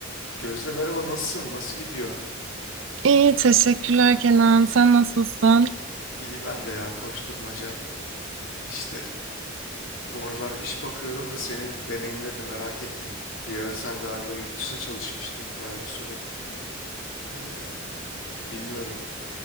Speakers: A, on the left; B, on the right.
A: Gözde merhaba nasılsın? Nasıl gidiyor?
B: İyi, teşekkürler Kenan. Sen nasılsın?
A: İyi ben de ya koşturmaca. İşte bu aralar iş bakıyorum da senin deneyimlerini merak ettim. Bir ara sen galiba yurt dışına çalışmıştın baya bir süre. Ee, bilmiyorum